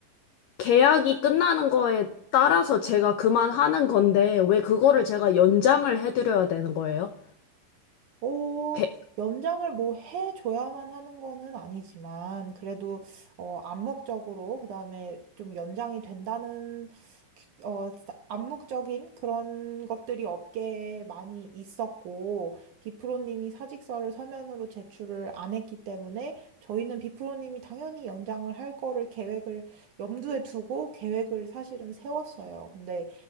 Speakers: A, on the left (about 85°); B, on the right (about 65°).
A: 계약이 끝나는 거에 따라서 제가 그만하는 건데, 왜 그거를 제가 연장을 해드려야 되는 거예요?
B: 어,
A: 게-
B: 연장을 뭐 해줘야만 하는 거는 아니지만, 그래도, 어, 암묵적으로, 그 다음에 좀 연장이 된다는, 기- 어, 사- 암묵적인 그런 것들이 업계에 많이 있었고, 비프로님이 사직서를 서면으로 제출을 안 했기 때문에, 저희는 비프로님이 당연히 연장을 할 거를 계획을 염두에 두고 계획을 사실은 세웠어요. 근데